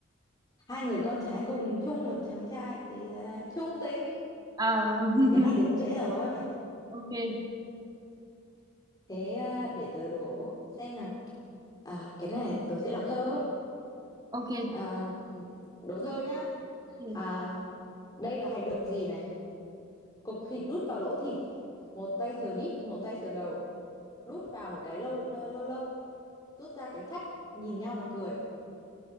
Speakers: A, on the left (about 20°); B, on the right (about 20°).
A: hai người con trai cùng chung một chàng trai thì là chung tình
B: Ờ, <laughs>
A: cái này thì cũng dễ rồi
B: ok
A: thế à, để tớ đố xem nào à, cái này tớ sẽ làm thơ
B: ok
A: à, đố thơ nhá
B: Ừ.
A: à, đây là hành động gì này cục thịt đút vào lỗ thịt một tay sờ đít một tay sờ đầu đút vào một cái lâu ờ, lâu lâu rút ra cái trách nhìn nhau mà cười